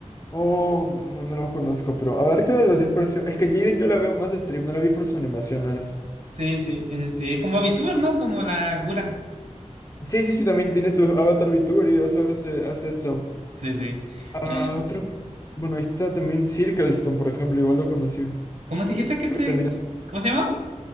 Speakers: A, on the left; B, on the right.
A: Oh, no, no lo conozco, pero a ver qué de los dispersos. Es que Jaden yo la veo más de stream, no la vi por sus animaciones.
B: Sí, sí, eh, sí, es como VTuber, ¿no? Como la Gura.
A: Sí, sí, sí, también tiene su avatar VTuber y eso ahora se hace eso.
B: Sí, sí.
A: Ah,
B: Eh,
A: otro. Bueno, ahí está también Circlestone, por ejemplo, igual lo conocí.
B: ¿cómo te dijiste que
A: Creo
B: te,
A: que también es
B: cómo se llama?